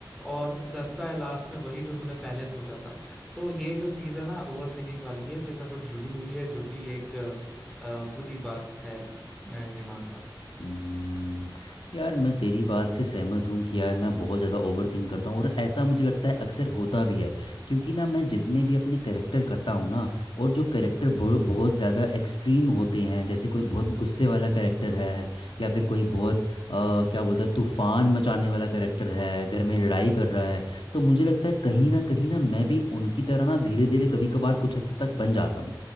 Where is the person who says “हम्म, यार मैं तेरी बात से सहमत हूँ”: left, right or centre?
Left